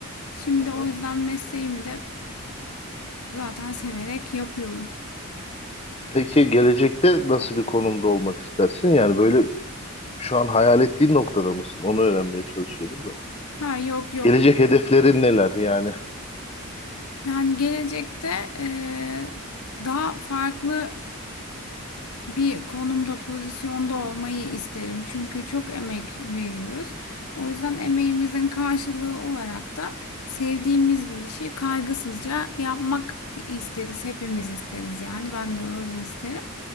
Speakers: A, on the left (about 80°); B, on the left (about 25°).
A: Şimdi
B: Aha.
A: o yüzden mesleğimi de zaten severek yapıyorum.
B: Peki gelecekte nasıl bir konumda olmak istersin? Yani böyle şu an hayal ettiğin noktada mısın? Onu öğrenmeye çalışıyorum da.
A: Ha yok yok.
B: Gelecek hedeflerin neler yani?
A: Yani gelecekte e, daha farklı bir konumda, pozisyonda olmayı isterim. Çünkü çok emek veriyoruz. O yüzden emeğimizin karşılığı olarak da sevdiğimiz bir işi kaygısızca yapmak isteriz. Hepimiz isteriz yani. Ben de öyle isterim.